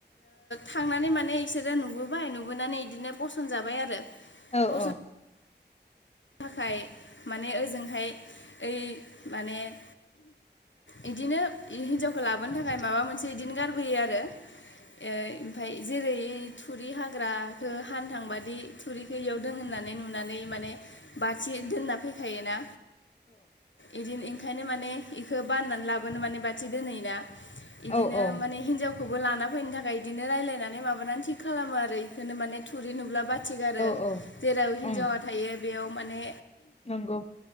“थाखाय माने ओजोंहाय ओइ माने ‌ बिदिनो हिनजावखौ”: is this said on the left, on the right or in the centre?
Left